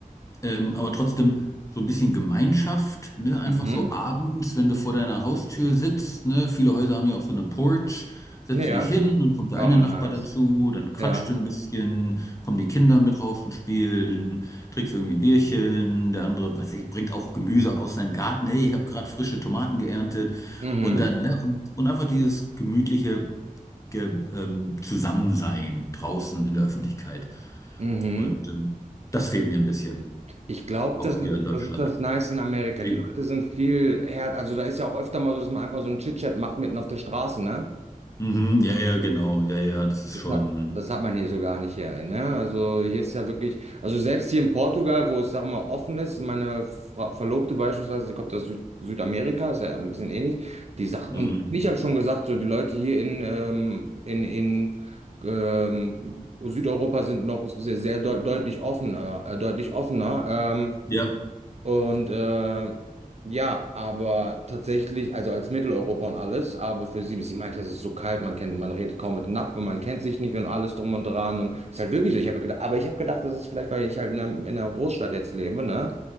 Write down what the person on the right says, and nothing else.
Mhm.
Ja.
Oh,
nice.
Ja.
Mhm.
Mhm.
Ich glaube,
das ist,
das ist das Nice in Amerika.
Die Leute sind viel härter. Also da ist ja auch öfter mal so, dass man einfach so einen Chit-Chat macht mitten auf der Straße, ne?
Das
hat, das hat man hier so gar nicht hier, ne? Also hier ist ja wirklich, also selbst hier in Portugal, wo es, sag mal, offen ist, meine Fra Verlobte beispielsweise, sie kommt aus Süd Südamerika, ist ja ein bisschen ähnlich, die sagt,
und ich habe schon gesagt, so die Leute hier in, ähm, in, in ähm, Südeuropa sind noch sehr, sehr deut deutlich offener, äh, deutlich offener. Ähm,
und äh, ja, aber tatsächlich, also als Mitteleuropa und alles, aber für sie, sie meinte, es ist so kalt, man kennt, man redet kaum mit den Nachbarn, man kennt sich nicht und alles drum und dran. Und es ist halt wirklich so. Ich habe gedacht, aber ich habe gedacht, das ist vielleicht, weil ich halt in einer, in einer Großstadt jetzt lebe, ne?